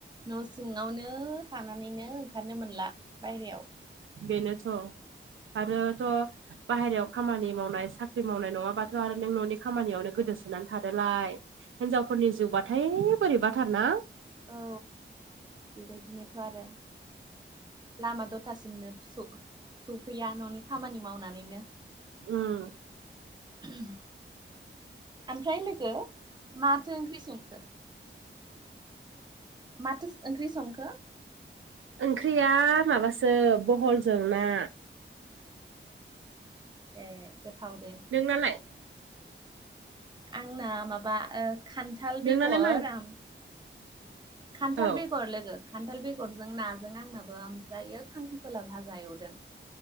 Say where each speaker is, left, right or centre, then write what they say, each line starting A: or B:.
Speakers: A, on the right; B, on the right.
A: न' सिङावनो थानानैनो ओंखारनो मोनला बायेरायाव
B: बेनोथ' आरोथ' बाहेरायाव खामानि मावनाय साख्रि मावनाय नङाबाथ' आरो नों न'नि खामानियावनो गोदोसोनानै थादोलाय हिनजावफोरनि जिउबाथाय बोरैबाथार ना।
A: औ बेबायदिनोथ' आरो लामा दथासिमनो सफैया न'नि खामानि मावनानैनो
B: उम
A: <inaudible> ओमफ्राय लोगो माथो ओंख्रि संखो? माथो ओंख्रि संखो?
B: ओंख्रिया माबासो बहलजों ना
A: ए गोथाव दे
B: नोंनालाय?
A: आंना माबा खान्थाल बेगर
B: नोंनालाय मा
A: आम खान्थाल
B: औ
A: बेगर लोगो खान्थाल बेगरजों नाजों आंनाबो ओमफ्रायो खांख्रिखला भाजा एवदों